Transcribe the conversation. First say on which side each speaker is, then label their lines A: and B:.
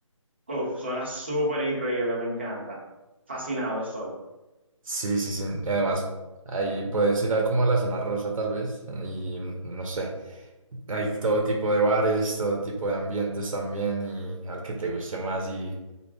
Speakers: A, on the right; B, on the right.
A: Uf, suena súper increíble, me encanta. Fascinado estoy.
B: Sí, sí, sí. y Además, ahí puedes ir a como a la zona rosa tal vez y no sé. Hay todo tipo de bares, todo tipo de ambientes también y al que te guste más y